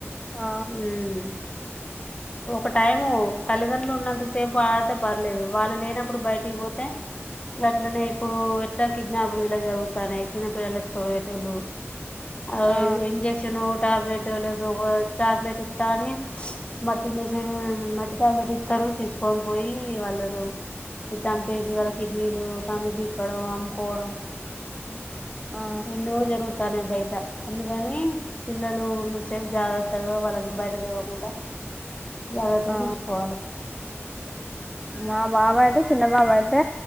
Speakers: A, in the centre; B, on the left.
A: ఆ
B: స్టోరీ ఒక టైము తల్లిదండ్రులు ఉన్నంత సేపు ఆడితే పర్లేదు వాళ్ళు లేనప్పుడు బయటికి పోతే గట్లనే ఇప్పుడు ఎట్లా కిడ్నాపులు గీలా జరుగుతాన్నాయి చిన్నపిల్లలు ఎత్తుకుయేటోళ్ళు అదో
A: ఆ
B: ఇయో ఇంజెక్షన్ ట్యాబ్లేట్ చాక్లెట్ ఇత్తని మత్తు ఇంజెక్షన్ మత్తు టాబ్లెట్ ఇతారు తీసుకొని పోయి వాళ్ళరు చనిపేసి వాళ్ళ కిడ్నీలు కన్నులు పీక్కోవడం అమ్ముకోవడం
A: ఆ
B: ఎన్నో జరుగురుతానే బయట అందుకని పిల్లలు ఉన్నత సేపు జాగ్రత్తగా వాళ్ళని బయట తిరగకుండా జాగ్రత్త
A: ఆ
B: చూసుకోవాలే
A: మా బాబా అయితే చిన్న బాబా అయితే